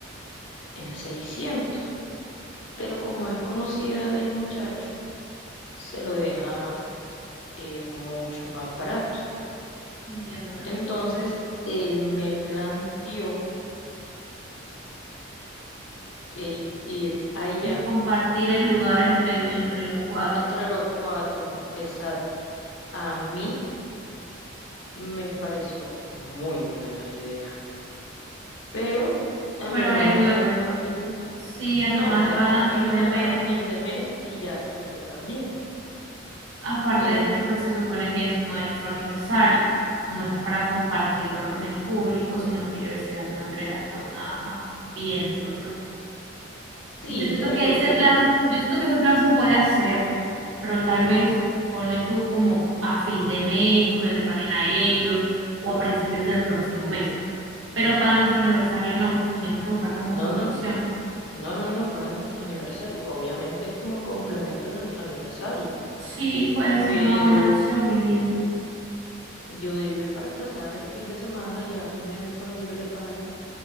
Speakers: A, on the left (about 75°); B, on the right (about 80°).
A: en seiscientos Pero como es conocida del muchacho, se lo deja eh, mucho más barato.
B: entiendo, mi
A: Entonces,
B: amor.
A: él me planteó el ir allá
B: El compartir el lugar entre, lo- entre los cuatro.
A: entre los cuatro. Esa a mí me pareció muy buena idea. Pero a
B: Pero
A: mi hermana
B: es,
A: le
B: no es,
A: pagan a fin
B: si a
A: No,
B: tu hermana
A: o sea,
B: le pagan
A: a
B: a
A: mi
B: fin
A: hermana
B: de mes,
A: le pagan fin de mes y ya a Sergio también.
B: aparte
A: En
B: de que pues se supone que es nuestro aniversario, no es para compartirlo con el público, sino que debe ser algo entre las dos nada más, pienso yo.
A: sí,
B: Yo siento
A: pero
B: que
A: yo
B: ese
A: quería.
B: plan, yo siento que ese plan se puede hacer, pero tal
A: Ujú.
B: vez ponle tú como a fin de mes, cuando le paguen a ellos, o a principios del próximo mes. Pero para nuestro aniversario no, tenemos que buscar como
A: No,
B: otra
A: no,
B: opción.
A: no, no, no, para nuestro aniversario. Obviamente es como complemento de nuestro aniversario.
B: Sí, puede ser
A: Pero
B: una buena opción, mi vida.
A: yo digo, es para pasar el fin de semana, ya a fin de mes cuando yo le pague.